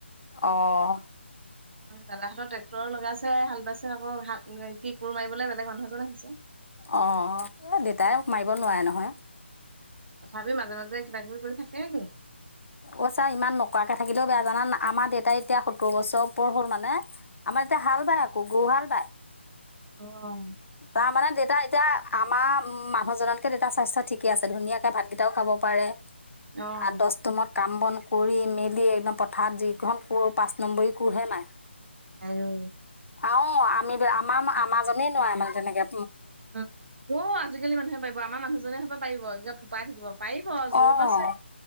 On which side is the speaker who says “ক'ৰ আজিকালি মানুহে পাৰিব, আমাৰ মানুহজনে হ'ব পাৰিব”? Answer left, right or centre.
Right